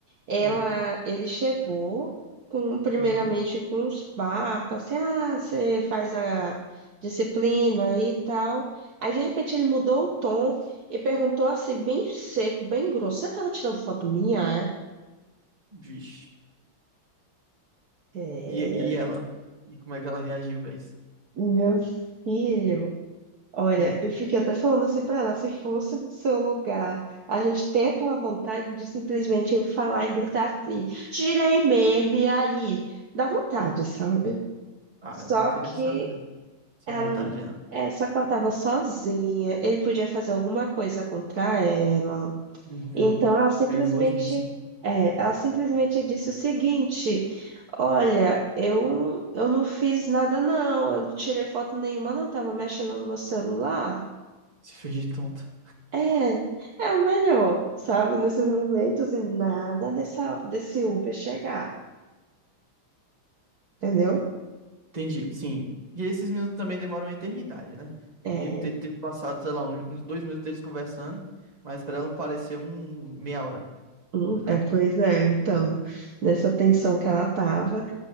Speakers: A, on the right (about 50°); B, on the right (about 20°).
A: Ela,
B: Hum.
A: ele chegou com, primeiramente
B: Uhum.
A: com uns papos, assim, ah, você faz a disciplina aí e tal. Aí de repente ele mudou o tom e perguntou assim, bem seco, bem grosso: Você estava tirando foto minha? é?
B: Vixe.
A: É,
B: E, e ela? E como é que ela reagiu pra isso?
A: meu filho, olha,
B: Hum.
A: eu fiquei até falando assim pra ela, se fosse no seu lugar, a gente tem aquela vontade de simplesmente falar e gritar assim, tirei mesmo, e aí? Dá vontade, sabe?
B: Ah,
A: Só
B: eu não teria
A: que
B: essa, essa
A: ela,
B: vontade aí, não.
A: é, só que ela tava sozinha, ele podia fazer alguma coisa contra ela,
B: Uhum.
A: Então ela simplesmente,
B: É Perigosíssimo.
A: é, ela simplesmente disse o seguinte: Olha, eu, eu não fiz nada, não, eu não tirei foto nenhuma, não, estava mexendo no meu celular.
B: Se fez de tonta.
A: É, é o melhor, sabe, nesses momentos e nada dessa, desse Uber chegar, entendeu?
B: Entendi, sim. E esses minutos também demoram uma eternidade, né?
A: É,
B: Podia ter, ter passado, sei lá, uns uns dois minutos deles conversando, mas pra ela pareceu um meia hora,
A: hum,
B: né?
A: é, pois é, então, nessa tensão que ela tava.